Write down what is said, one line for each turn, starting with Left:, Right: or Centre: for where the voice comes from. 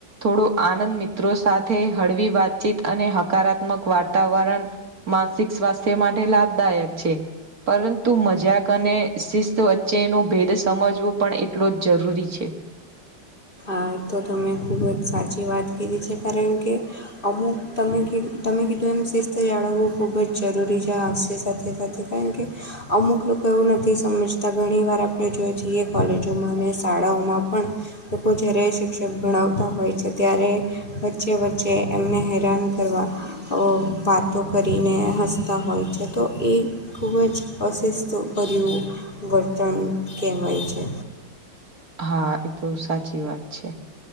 Right: થોડો આનંદ મિત્રો સાથે હળવી વાતચીત અને હકારાત્મક વાર્તાવરણ માનસિક સ્વાસ્થ્ય માટે લાભદાયક છે. પરંતુ મજાક અને શિસ્ત વચ્ચેનો ભેદ સમજવો પણ એટલો જ જરૂરી છે.
Left: હા તો તમેં ખૂબ જ સાચી વાત કીધી છે કારણ કે અમુક તમે કી તમે કીધું એમ શિસ્ત જાળવવું ખૂબ જરૂરી છે હાસ્ય સાથે સાથે. Thank you. અમુક લોકો એવું નથી સમજતા ઘણી વાર આપણે જોઈએ છીએ કોલેજોમાં અને શાળાઓમાં પણ તો કો જ જ્યારે શિક્ષક ભણાવતા હોય છે ત્યારે, વચ્ચે વચ્ચે એમને હેરાન કરવા. વાતો કરીને હસતા હોય છે તો એ ખૂબ જ અશુસ્તભર્યું વર્તન કહેવાય છે.
Right: હા એ તો સાચી વાત છે.